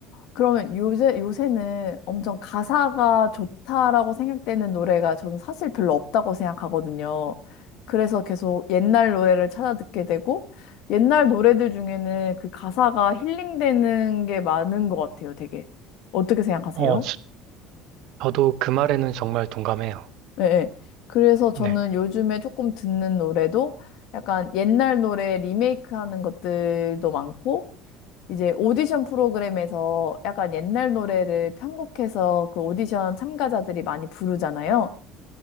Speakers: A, on the left; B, on the right.
A: 그러면 요새, 요새는 엄청 가사가 좋다라고 생각되는 노래가 저는 사실 별로 없다고 생각하거든요. 그래서 계속 옛날 노래를 찾아 듣게 되고, 옛날 노래들 중에는 그 가사가 힐링되는 게 많은 것 같아요, 되게. 어떻게 생각하세요?
B: 어, 저, 저도 그 말에는 정말 동감해요.
A: 네, 네. 그래서 저는
B: 네,
A: 요즘에 조금 듣는 노래도 약간 옛날 노래 리메이크 하는 것들도 많고, 이제 오디션 프로그램에서 약간 옛날 노래를 편곡해서 그 오디션 참가자들이 많이 부르잖아요.